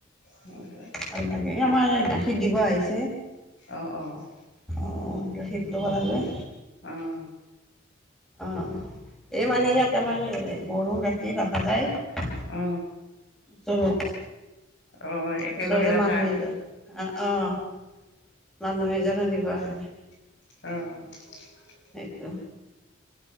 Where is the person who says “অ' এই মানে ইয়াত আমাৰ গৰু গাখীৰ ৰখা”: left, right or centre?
Centre